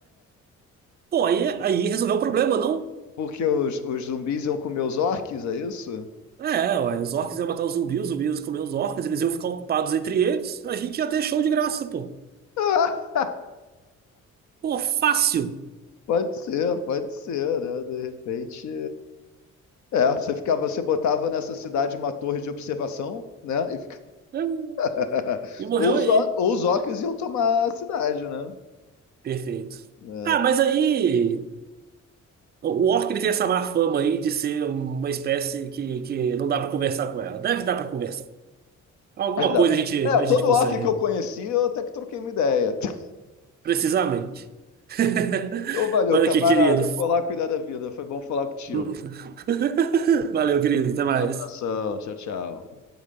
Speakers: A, on the right; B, on the left.
A: Pô, aí, aí resolveu o problema, não?
B: Porque os, os zumbis iam comer os orques, é isso?
A: É, ué, os orcs iam matar os zumbis, os zumbis iam comer os orcs, eles iam ficar ocupados entre eles, a gente ia ter show de graça, pô.
B: <laughs>
A: Pô, fácil.
B: Pode ser, pode ser, né? De repente. É, você ficava, você botava nessa cidade uma torre de observação, né? E
A: É,
B: <laughs>
A: E morreu
B: Ou os,
A: aí.
B: or- ou os orcs iam tomar a cidade, né?
A: Perfeito.
B: É,
A: Ah, mas aí o o orc ele tem essa má fama aí de ser uma espécie que, que não dá pra conversar com ela. Deve dar pra conversar. Alguma
B: é verdade.
A: coisa a gente,
B: É,
A: a
B: todo
A: gente consegue,
B: orc que
A: né?
B: eu conheci, eu até que troquei uma ideia. <laughs>
A: precisamente. <laughs>
B: Então, valeu,
A: Mas
B: camarada.
A: aqui, querido.
B: Eu vou lá cuidar da vida. Foi bom falar contigo.
A: <laughs> Valeu, querido. Até mais.
B: Abração, tchau, tchau.